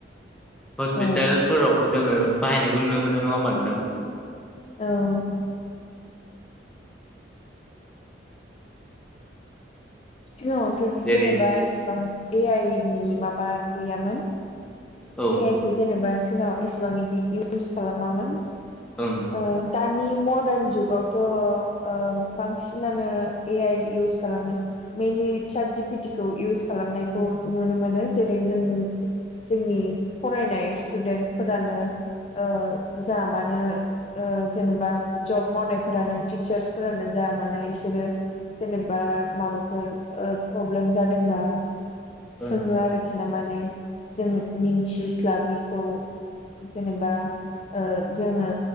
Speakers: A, in the centre; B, on the left.
A: हस्पितालफोरावबो
B: औ
A: जोङो बाहायनायखौ नुनो मोनो नङा होमबा नोंथां।
B: औ। सिगाङावथ
A: जेरै
B: जेनेबा इसिबां ए आइ नि माबा गैयामोन।
A: औ
B: ए आइ खौ जेनेबा सिगाङाव एसेबां इदि इउस खालामामोन
A: ओं
B: ओ दानि मर्दान जुगावथ ओ बांसिनानो ए आइ इउस खालामो मेइनलि सार्त जिपिटि खौ इउस खालामनायखौ नुनो मोनो जेरै जों जोंनि फरायनाय स्टुदेन्टफोरानो ओ जा मानो जेनेबा जब मावनायफोरानो टिचार्सफोरानो जाया मानो बिसोरो जेनेबा माबाफोर ओ प्रब्लेम जादोंबा
A: ओं
B: सोङो आरोखि ना माने जों मिन्थिस्लाबैखौ जेनेबा ओ जोङो